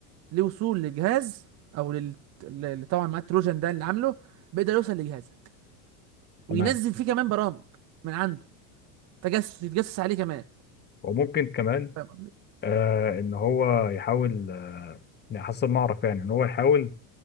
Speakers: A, on the right; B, on the left.
A: ليه وصول للجهاز او لل اللي طبعا مع التروجان ده اللي عامله بيقدر يوصل لجهازك وينزل
B: تمام
A: فيه كمان برامج من عنده تجسس يتجسس عليه كمان
B: وممكن كمان
A: فاهم قصدي؟
B: آه ان هو يحاول آه يعني حسب ما اعرف يعني ان هو يحاول